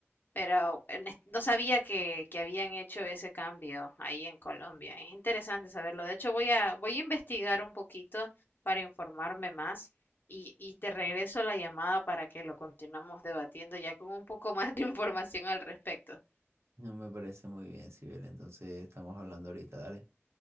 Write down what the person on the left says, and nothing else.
Pero en es- no sabía que, que habían hecho ese cambio ahí en Colombia. Es interesante saberlo. De hecho, voy a, voy a investigar un poquito para informarme más y, y te regreso la llamada para que lo continuemos debatiendo ya con un poco más de <laughs> información al respecto.